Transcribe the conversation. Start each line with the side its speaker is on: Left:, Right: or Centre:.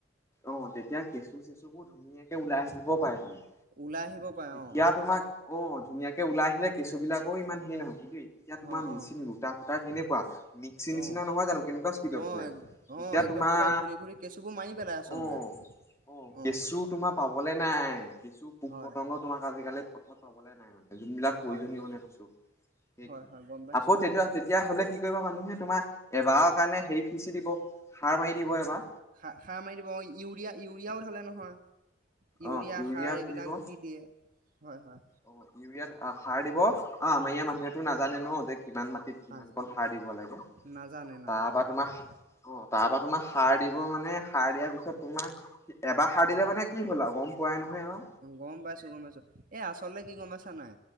Left: অ তেতিয়া কেঁচু চেচু বোৰ ধুনীয়াকে ওলাই আহিবও পাৰে তুমাৰ।
Right: ওলাই আহিব পাৰে অ।
Left: ইয়াত তোমাক? অ' ধুনীয়াকে ওলাই আহিলে, কেচু বিলাকৰ ইমান হেৰি নহয় কিন্তু এতিয়া তোমাৰ
Right: অ
Left: মেচিন
Right: অ
Left: গোটা ফটা কেনেকুৱা মিক্সিৰ নিচিনা
Right: অ
Left: নহয় জানো। কেনেকুৱা স্পীডত
Right: অ
Left: ঘূৰে
Right: এক- অ
Left: এতিয়া
Right: একদম
Left: তোমাৰ
Right: পুৰা ঘূৰি ঘূৰি কেঁচুবোৰ মাৰি পেলাই আচলতে
Left: অ' আহ কেঁচু
Right: অ
Left: তোমাৰ পাব ক'লে নাই কেঁচু পোক-পতংগ
Right: হয় হয়
Left: আজি-কালি পথাৰত পাবলৈ নাই মানে। যোনবিলাক প্ৰয়োজনীয়
Right: হয় হয়
Left: মানে কেঁচু, সেইখিনি
Right: হয় হয় গম পাইছো
Left: আকৌ তেতিয়া-তেতিয়া হলে, কি কৰিব মানুহে তোমাৰ এবাৰৰ কাৰণে হেৰি সিঁচি দিব, সাৰ মাৰি দিব
Right: হয়,
Left: এবাৰ
Right: সা-সাৰ মাৰি দিব অ' ইউৰিয়া ইউৰিয়াও ধালে নহয়। হয়, ইউৰিয়া
Left: অ
Right: সাৰ এইবিলাক
Left: ঢালিব
Right: দি দিয়ে। হয় হয়
Left: অ' ইউৰিয়াত আহ, সাৰ দিব। অ' আমাৰ ইয়াৰ মানুহেতো নাজানে ন যে কিমান মাটিত কিমান
Right: অ
Left: কণ সাৰ দিব লাগে।
Right: নাজানে নাজানে
Left: তাৰ পৰা
Right: নাজানে
Left: তোমাৰ অ' তাৰ পৰা তোমাৰ সাৰ দিব মানে সাৰ দিয়াৰ পিছত তোমাৰ এবাৰ সাৰ দিলে মানে কি হ'ল আৰু গম পোৱাই নহয় আৰু।
Right: অ গম পাইছো গম পাইছো এ আচলতে কি গম আছা নাই।